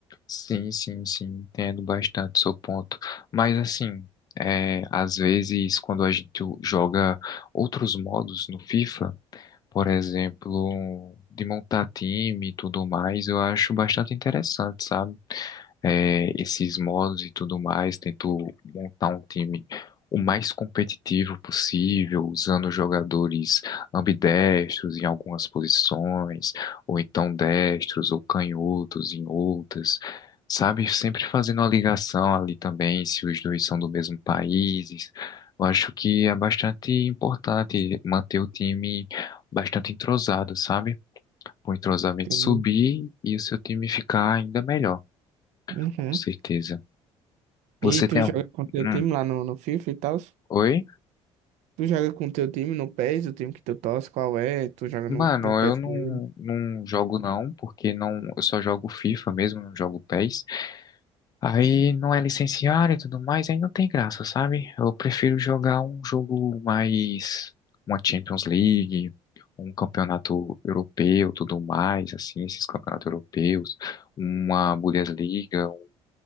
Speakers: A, on the left; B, on the right.
A: Sim, sim, sim, entendo bastante o seu ponto. Mas assim, é, às vezes quando a gente joga outros modos no FIFA, por exemplo, de montar time e tudo mais, eu acho bastante interessante, sabe? é, esses modos e tudo mais, tento montar um time o mais competitivo possível, usando jogadores ambidestros em algumas posições, ou então destros ou canhotos em outras, sabe? Sempre fazendo uma ligação ali também, se os dois são do mesmo país. Eu acho que é bastante importante manter o time bastante entrosado, sabe? Para o entrosamento
B: Tem.
A: subir e o seu time ficar ainda melhor,
B: Uhum.
A: com certeza. Você
B: E
A: tem
B: tu joga
A: um.
B: com teu
A: Hum,
B: time lá no, no FIFA e tal?
A: Oi?
B: Tu joga com teu time no PES, o time que tu torce, qual é? Tu joga
A: Mano,
B: no, no PES
A: eu não,
B: com ele?
A: não jogo não, porque não, eu só jogo FIFA mesmo, não jogo PES. Aí não é licenciado e tudo mais, aí não tem graça, sabe? Eu prefiro jogar um jogo mais uma Champions League, um campeonato europeu, tudo mais, assim, esses campeonatos europeus, uma Bundesliga, um